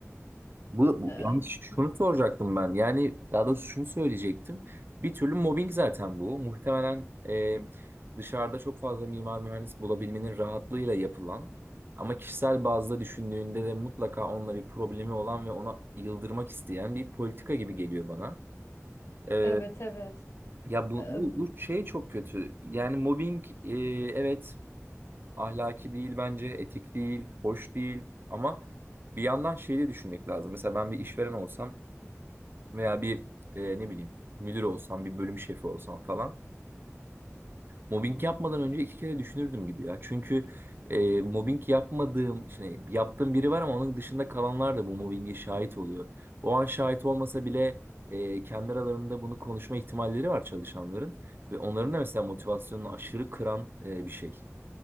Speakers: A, on the right (about 45°); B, on the left (about 55°).
A: Bu, bu
B: e,
A: yani şunu
B: hı.
A: soracaktım ben. Yani daha doğrusu şunu söyleyecektim. Bir türlü mobbing zaten bu. Muhtemelen e, dışarıda çok fazla mimar mühendis bulabilmenin rahatlığıyla yapılan ama kişisel bazda düşündüğünde de mutlaka onunla bir problemi olan ve ona yıldırmak isteyen bir politika gibi geliyor bana. E,
B: evet evet.
A: ya bu,
B: Ee,
A: bu, bu şey çok kötü. Yani mobbing e, evet ahlaki değil bence, etik değil, hoş değil ama bir yandan şeyi de düşünmek lazım. Mesela ben bir işveren olsam veya bir e, ne bileyim müdür olsam, bir bölüm şefi olsam falan mobbing yapmadan önce iki kere düşünürdüm gibi ya. Çünkü e, mobbing yapmadığım, şimdi yaptığım biri var ama onun dışında kalanlar da bu mobbinge şahit oluyor. O an şahit olmasa bile e, kendi aralarında bunu konuşma ihtimalleri var çalışanların ve onların da mesela motivasyonunu aşırı kıran e, bir şey.